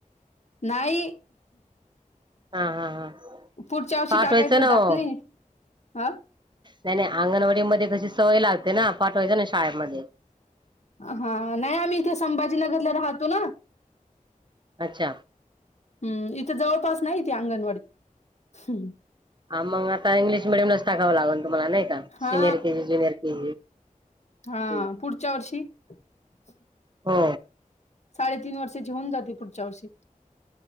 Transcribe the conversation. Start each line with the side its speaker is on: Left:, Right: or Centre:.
Left: नाहीई,
Right: हा हा हा,
Left: पुढच्या वर्षी
Right: पाठवायचं
Left: टाकायचं
Right: ना
Left: द आप
Right: ओ
Left: नाही. हा
Right: नाही नाही अंगणवाडी मध्ये कशी सवय लागते, ना पाठवायची ना शाळेमध्ये,
Left: हा नाही आम्ही इथे संभाजीनगरला राहतो ना,
Right: अच्छा,
Left: हम्म इथं जवळपास नाही, त अंगणवाडी हम्.
Right: हा मग आता इंग्लिश मिडयमलाच टाकावं लागल. तुम्हाला नाही, का
Left: हा
Right: सिनियर केजी जुनियर के
Left: हा
Right: जी,
Left: पुढच्या <inaudible>
Right: हो,
Left: साडेतीन वर्षाची होऊन जाते, पुढच्या वर्षी